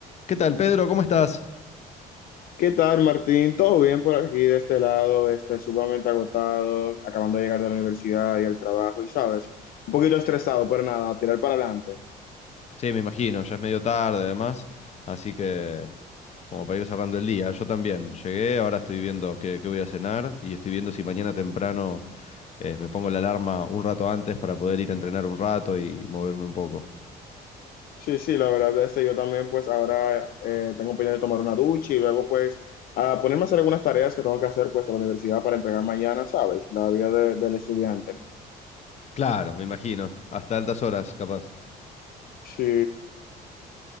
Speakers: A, on the left (about 40°); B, on the left (about 60°).
A: ¿Qué tal, Pedro? ¿Cómo estás?
B: ¿Qué tal, Martín? ¿Todo bien por aquí de este lado? Este, sumamente agotado, acabando de llegar de la universidad y el trabajo, y sabes, un poquito estresado, pero nada, a tirar para adelante.
A: Sí, me imagino, ya es medio tarde además, así que como para ir cerrando el día, yo también llegué, ahora estoy viendo qué, qué voy a cenar y estoy viendo si mañana temprano eh, me pongo la alarma un rato antes para poder ir a entrenar un rato y moverme un poco.
B: Sí, sí, la verdad es que yo también, pues ahora eh, tengo pendiente de tomar una ducha y luego, pues, a ponerme a hacer algunas tareas que tengo que hacer, pues, a la universidad para entregar mañana, sabes, la vida de- del estudiante.
A: Claro, me imagino, hasta altas horas, capaz.
B: Sí,